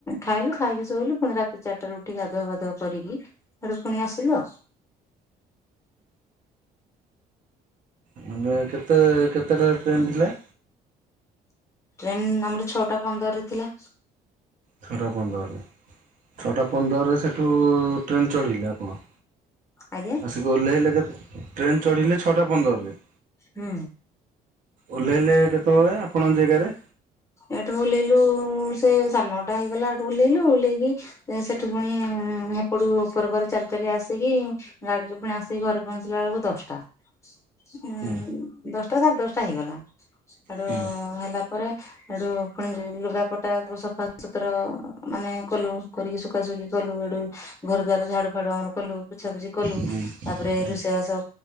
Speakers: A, on the left (about 15°); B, on the right (about 50°).
A: ଖାଇଲୁ ଖାଇକି ଶୋଇଲୁ ପୁଣି ରାତି ଚାରିଟାରୁ ଉଠିକି ଗାଧୁଆ ପାଧୁଆ କରିକି ହେଠୁ ଫୁଣି ଆସିଲ?
B: ମାନେ କେତେ କେତେଟାରେ ଟ୍ରେନ୍ ଥିଲା?
A: ଟ୍ରେନ ଆମର ଛଅଟା ପନ୍ଦରରେ ଥିଲା।
B: ଛଅଟା ପନ୍ଦରରେ ଛଅଟା ପନ୍ଦରରେ ସେଠୁ ଟ୍ରେନ୍ ଚଢ଼ିଲେ ଆପଣ?
A: ଆଜ୍ଞା।
B: ଆସିକି ଓ ହେଇଲେ କେବେ ଟ୍ରେନ ଚଢ଼ିଲେ ଛଅଟା ପନ୍ଦରରେ।
A: ହୁଁ।
B: ଓହ୍ଲେଇଲେ କେତେବେଳେ ଆପଣଙ୍କ ଜାଗାରେ?
A: ଏଠୁ ଓହ୍ଲେଇଲୁ ସେ ସାଢ଼େନଅ ଟା ହେଇଗଲା ଏଠୁ ଓହ୍ଲେଇଲୁ ଓଲେଇକି ସେଠୁ ଫୁଣି ହେପଟୁ ଉପର ଉପର ଚାଲି ଚାଲି ଆସିକି ଗାଡିରେ ଫୁଣି ଆସିକି ଘରେ ପହଞ୍ଚିଲା ବେଳକୁ ଦଶଟା। ଉଁ
B: ହୁଁ
A: ଦଶଟା ସାଢେ ଦଶଟା ହେଇଗଲା ହେଠୁ
B: ହୁଁ
A: ହେଲା ପରେ ହେଠୁ ଫୁଣି ଲୁଗାପଟା ସଫା ସୁତର ମାନେ କଲୁ କରିକି ସୁଖା ସୁଖି କଲୁ ହେଠୁ ଘର ଦୁଆର ଝାଡୁ ଫାଡୁ ଆମର କଲୁ ପୋଛାପୁଛି କଲୁ
B: ହୁଁ
A: ତାପରେ
B: ହୁଁ
A: ରୋଷେଇ ବାସ